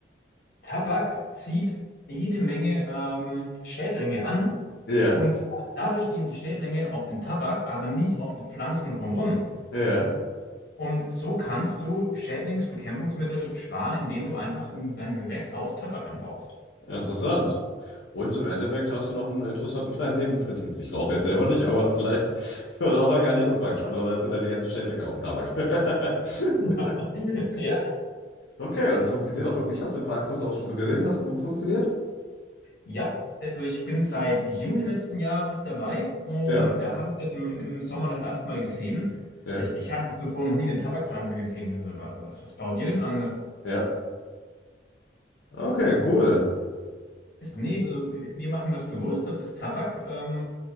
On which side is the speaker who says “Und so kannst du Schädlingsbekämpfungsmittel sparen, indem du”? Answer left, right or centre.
Left